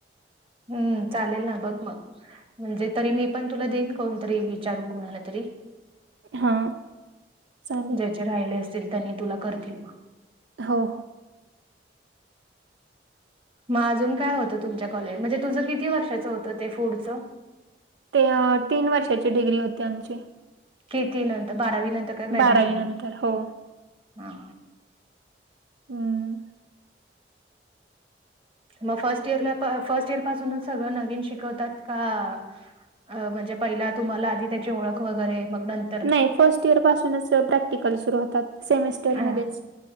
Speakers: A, on the right; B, on the right.
A: हम्म चालेल ना बघ मग म्हणजे तरी मी पण तुला देईन कोणतरी विचारून कोणाला तरी
B: हा, चालेल.
A: ज्याचे राहिले असतील, त्यांनी तुला करतील म.
B: हो.
A: मग अजून काय होतं तुमच्या कॉलेज, म्हणजे तुझं किती वर्षाचं होतं ते फूडचं?
B: ते तीन वर्षाची डिग्री होती आमची.
A: किती नंतर बारावी नंतर का ग्रॅज्युएशन,
B: बारावी नंतर हो
A: हा.
B: हम्म
A: मग फर्स्ट इयरला, फर्स्ट इयर पासूनच सगळं नवीन शिकवतात? का आ अ म्हणजे पहिला तुम्हाला, आधी त्याची ओळख वगैरे मग नंत
B: नाही फर्स्ट इयर पासूनच प्रॅक्टिकल सुरू होतात, सेमिस्टरमध्येच.
A: अ